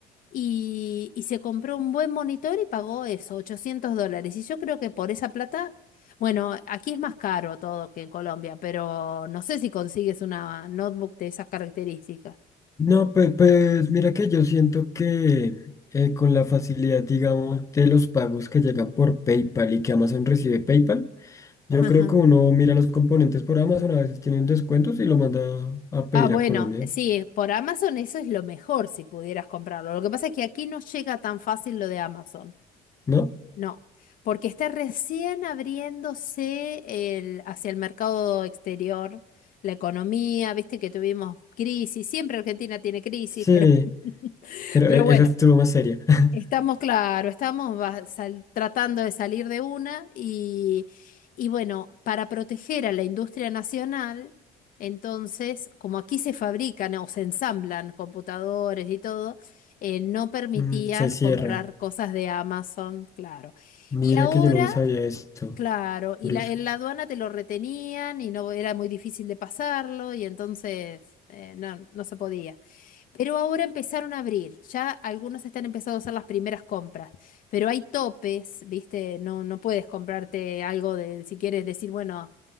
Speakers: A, on the left; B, on the left.
A: y, y se compró un buen monitor y pagó eso, 800 dólares. Y yo creo que por esa plata, bueno, aquí es más caro todo que en Colombia, pero no sé si consigues una notebook de esas características.
B: No, pues, pues mira que yo siento que eh, con la facilidad, digamos, de los pagos que llegan por PayPal y que Amazon recibe PayPal, Yo
A: Ajá.
B: creo que uno mira los componentes por Amazon, a veces tienen descuentos y lo manda a pedir
A: Ah, bueno,
B: a Colombia,
A: sí, por Amazon eso es lo mejor si pudieras comprarlo. Lo que pasa es que aquí no llega tan fácil lo de Amazon.
B: ¿no?
A: No, porque está recién abriéndose el, hacia el mercado exterior, la economía, viste que tuvimos crisis, siempre Argentina tiene crisis,
B: Sí,
A: pero, <laughs>
B: pero
A: pero
B: e-
A: bueno,
B: esa estuvo más seria. <laughs>
A: Estamos, claro, estamos va- sal- tratando de salir de una y, y bueno, para proteger a la industria nacional, entonces, como aquí se fabrican o se ensamblan computadores y todo, eh, no permitían
B: Mm, Se cierra.
A: comprar cosas de Amazon, claro.
B: Mira
A: Y ahora,
B: que yo no me sabía esto.
A: claro, y
B: Curioso.
A: la, en la aduana te lo retenían y no era muy difícil de pasarlo y entonces eh, no, no se podía. Pero ahora empezaron a abrir, ya algunos están empezando a hacer las primeras compras, pero hay topes, ¿viste? No, no puedes comprarte algo de, si quieres decir, bueno,